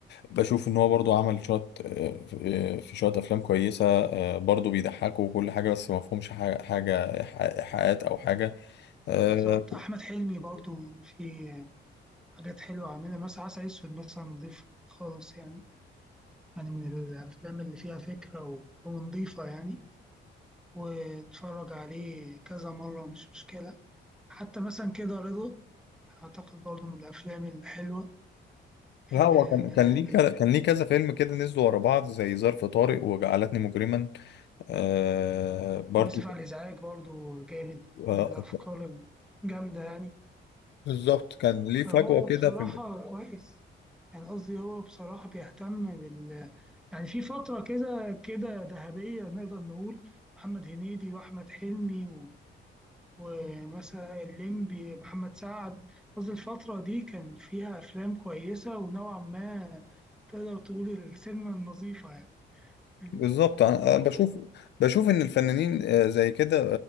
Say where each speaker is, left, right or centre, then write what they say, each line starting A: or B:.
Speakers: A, on the left (about 60°); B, in the centre.
A: بشوف ان هو برضو عمل شوية آه، في شوية افلام كويسة آه، برضو بيضحكوا وكل حاجة بس ما فيهمش حاجة حاجة ايحاءات او حاجة آه،
B: بالظبط احمد حلمي برضو في حاجات حلوه عاملها مثلا عسل اسود مثلا نضيف خالص يعني يعني من الافلام اللي فيها فكره و- ونضيفه يعني واتفرج عليه كذا مره مش مشكله حتى مثلا كده رضا اعتقد برضو من الافلام الحلوه
A: لا
B: آه،
A: هو كان كان ليه كذا كان ليه كذا فيلم كده نزلوا ورا بعض زي ظرف طارق وجعلتني مجرما آه، برضو
B: واسف على الازعاج برضو جامد
A: آه،
B: الافكار الجامده يعني
A: بالظبط كان ليه
B: فهو
A: فجوة كده
B: بصراحه
A: في ال-
B: كويس يعني قصدي هو بصراحه بيهتم بال يعني في فترة كده كده ذهبية نقدر نقول محمد هنيدي وأحمد حلمي و- ومثلا الليمبي محمد سعد قصدي الفترة دي كان فيها أفلام كويسة ونوعا ما تقدر تقول السينما النظيفة يعني فاهم؟
A: بالظبط انا
B: أو
A: أنا بشوف بشوف ان الفنانين آه، زي كده